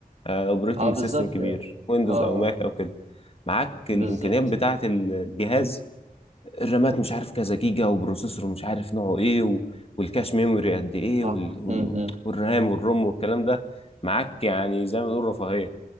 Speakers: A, on the left; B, on the right.
A: اوبريتنج
B: اه بالظبط
A: سيستم كبير
B: اه
A: ويندوز
B: آه،
A: او ماك او كده معاك
B: بالظبط
A: الامكانيات بتاعه الجهاز الرامات مش عارف كذا جيجا وبروسيسور مش عارف نوعه ايه و... والكاش ميموري قد ايه
B: صح
A: وال... وال...
B: امم امم
A: والرام والروم والكلام ده معاك يعني زي ما نقول رفاهيه